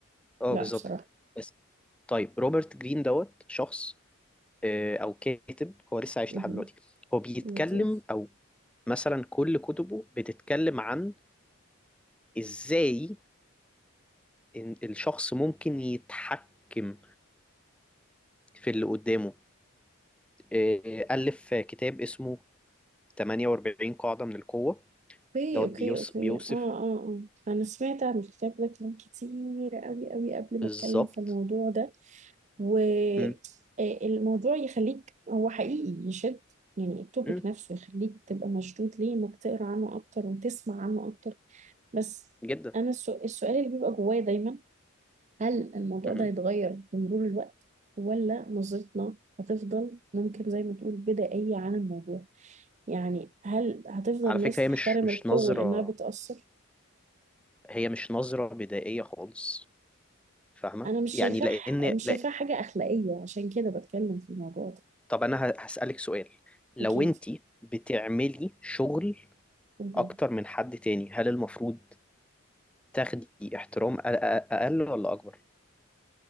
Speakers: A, in the centre; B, on the right (about 35°).
A: اه
B: لا
A: بالظبط
B: بصراحة
A: بس طيب روبرت جرين دوت شخص آه، او كاتب هو لسه عايش
B: مهم.
A: لحد دلوقتي هو بيتكلم
B: لطيف
A: او مثلا كل كتبه بتتكلم عن ازاي إن الشخص ممكن يتحكم في اللي قدامه آه، ألف كتاب اسمه 48 قاعدة من القوة
B: اوكي
A: دوت
B: اوكي
A: بيوس
B: اوكي
A: بيوصف
B: اه اه اه انا سمعت عن الكتاب ده كلام كتير قوي قوي قبل
A: بالظبط
B: ما اتكلم في الموضوع ده والموضوع
A: امم
B: يخليك هو حقيقي يشد يعني التوبيك
A: امم
B: نفسه يخليك تبقى مشدود ليه انك تقرا عنه اكتر وتسمع عنه اكتر بس
A: جدا
B: انا السو- السؤال اللي بيبقى جوايا دايما هل الموضوع
A: امم
B: ده هيتغير بمرور الوقت ولا نظرتنا هتفضل ممكن زي ما تقول بدائية عن الموضوع يعني هل هتفضل
A: على
B: الناس
A: فكرة
B: تحترم
A: هي مش مش
B: القوة
A: نظرة
B: لأنها بتأثر
A: هي مش نظرة بدائية خالص فاهمة
B: أنا مش
A: يعني
B: شايفاه
A: لأن
B: مش
A: لا
B: شايفاه حاجة أخلاقية عشان كده بتكلم في الموضوع ده
A: طب أنا ه- هسألك سؤال لو
B: أكيد
A: أنت بتعملي شغل
B: مهم.
A: أكتر من حد تاني هل المفروض تاخدي احترام أ- أ- أقل ولا أكبر؟